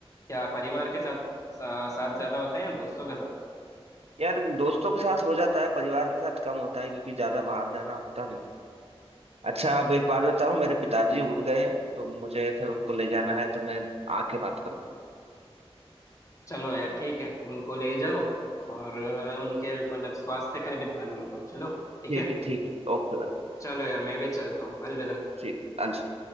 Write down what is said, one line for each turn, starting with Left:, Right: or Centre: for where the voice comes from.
Left: क्या परिवार के साथ सा, साथ ज्यादा होता है या दोस्तों के साथ
Right: यार दोस्तों के साथ हो जाता है परिवार के साथ कम होता है क्योंकि ज्यादा बाहर जाना होता नहीं अच्छा अब एक बात बताओ मेरे पिताजी उठ गए हैं, तो मुझे फिर उनको ले जाना है तो मैं आके बात करूंगा
Left: चलो यार ठीक है उनको ले जाओ और अ, उनके मतलब स्वास्थ्य का भी ध्यान रखो चलो ठीक
Right: ठीक
Left: है
Right: है ठीक है ओके भाई ओके
Left: चलो यार मैं भी चलता हूँ अलविदा
Right: ठीक अलविदा